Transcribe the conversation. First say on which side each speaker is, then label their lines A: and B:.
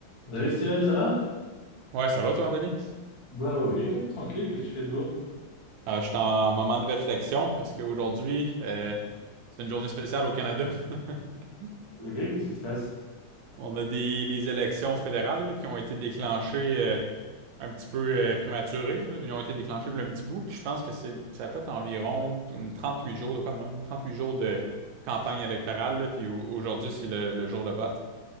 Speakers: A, on the left; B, on the right.
A: Salut Steven, ça va?
B: Ouais, ça va toi, Anthony?
A: Bah oui, écoute, tranquille, qu'est-ce que tu fais de beau?
B: Euh, je suis en moment de réflexion parce qu'aujourd'hui, euh, c'est une journée spéciale au Canada. <laughs>
A: Ok, qu'est-ce qui se passe?
B: On a des les élections fédérales là, qui ont été déclenchées euh, un petit peu euh, prématurées. là. Ils ont été déclenchées il y a un petit bout. Puis je pense que c'est ça a fait environ comme huit jours, de quoi de même, là, huit jours de campagne électorale. là. puis au- aujourd'hui, c'est le, le jour de vote.